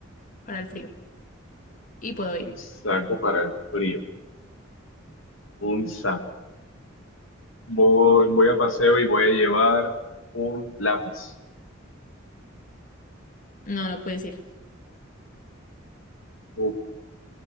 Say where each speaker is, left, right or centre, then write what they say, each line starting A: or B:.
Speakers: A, on the left (about 40°); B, on the left (about 75°).
A: para el frío. Y puedo
B: Un
A: ir.
B: saco para el frío. Un saco. Voy, voy al paseo y voy a llevar un lápiz.
A: No, no puedes ir.
B: Uf,